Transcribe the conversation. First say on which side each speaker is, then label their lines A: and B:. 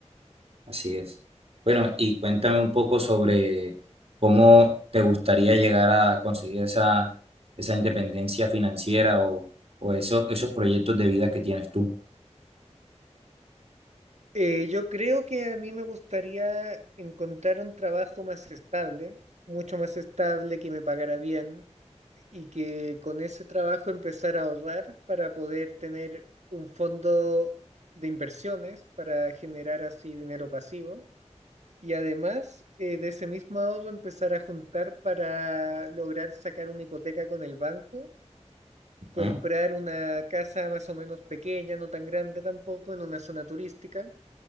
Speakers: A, on the right; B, on the right.
A: Así es. Bueno, y cuéntame un poco sobre cómo te gustaría llegar a conseguir esa, esa independencia financiera o, o eso- esos proyectos de vida que tienes tú.
B: Eh, yo creo que a mí me gustaría encontrar un trabajo más estable, mucho más estable, que me pagara bien y que con ese trabajo empezar a ahorrar para poder tener un fondo de inversiones para generar así dinero pasivo Y además, eh, de ese mismo ahorro empezar a juntar para lograr sacar una hipoteca con el banco, comprar
A: Ujú.
B: una casa más o menos pequeña, no tan grande tampoco, en una zona turística,